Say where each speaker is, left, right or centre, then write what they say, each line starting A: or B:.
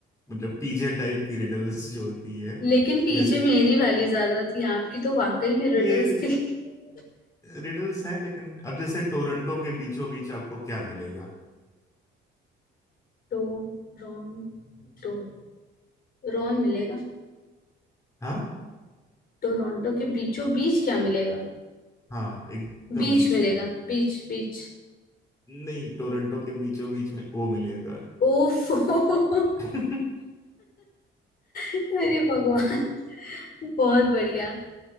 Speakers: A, on the left; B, on the left.
A: मतलब पीजे टाइप की रिडल्स जो होती है
B: लेकिन पीजे
A: जैसे कि
B: मेरी वाली ज्यादा थी आपकी तो वाकई में रिडल्स
A: ये
B: थी <laughs>
A: रिडल्स हैं लेकिन अब जैसे टोरंटो के बीचों बीच आपको क्या मिलेगा
B: टो रॉन टो रॉन मिलेगा
A: हाँ?
B: टोरंटो के बीचों बीच क्या मिलेगा
A: हाँ एकदम
B: बीच
A: बीच
B: मिलेगा
A: में
B: बीच बीच
A: नहीं टोरंटो के बीचों बीच में ओ मिलेगा
B: ओफो <laughs>
A: <laughs>
B: अरे भगवान
A: तो
B: बहुत बढ़िया